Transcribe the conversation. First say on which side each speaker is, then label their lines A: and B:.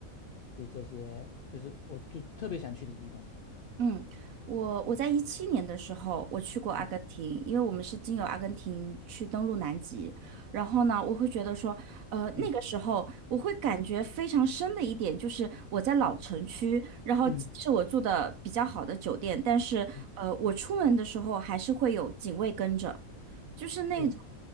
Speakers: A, on the left; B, on the right.
A: 就这些，就是我就特别想去的地方。
B: 嗯，我我在一七年的时候，我去过阿根廷，
A: 嗯
B: 因为我们是经由阿根廷去登陆南极。然后呢，我会觉得说，呃，
A: 嗯
B: 那个时候我会感觉非常深的一点就是，我在老城区，然后是我住的比较好的酒店，
A: 嗯，
B: 但是呃，
A: 嗯
B: 我出门的时候还是会有警卫跟着，就是那种。
A: 对，